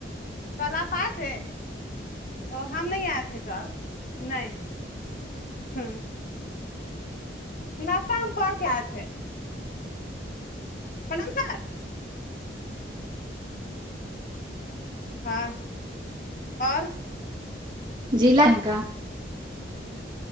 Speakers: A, on the left (about 45°); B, on the right (about 25°).
A: کل آپ آئے تھے ا ہم نہیں آئے تھے کل نہیں ہ ناشتہ ہم کرکے اے تھے پرنام سر ہاں اور
B: جیلا ہے کا